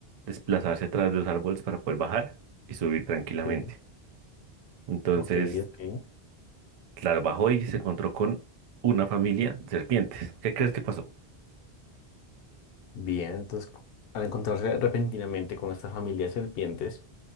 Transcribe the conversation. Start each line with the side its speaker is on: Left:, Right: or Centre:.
Right: desplazarse a través de los árboles para poder bajar y subir tranquilamente.
Left: Sí.
Right: Entonces,
Left: Ok, ok.
Right: claro, bajó y se encontró con una familia de serpientes. ¿Qué crees que pasó?
Left: Bien, entonces, co- al encontrarse repentinamente con esta familia de serpientes,